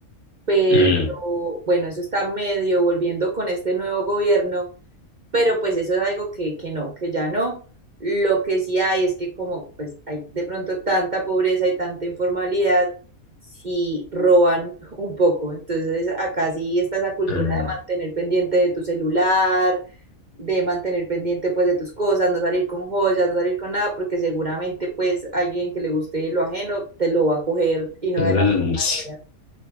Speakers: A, on the right; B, on the left.
A: pero
B: Mm,
A: bueno, eso está medio volviendo con este nuevo gobierno. pero pues eso es algo que, que no, que ya no. Lo que sí hay es que como pues hay de pronto tanta pobreza y tanta informalidad, si roban <laughs> un poco. Entonces, acá sí está esa cultura
B: mm,
A: de mantener pendiente de tu celular, de mantener pendiente pues de tus cosas, no salir con joyas, no salir con nada, porque seguramente pues alguien que le guste lo ajeno te lo va a coger y no
B: mm,
A: de la mejor manera.
B: sí,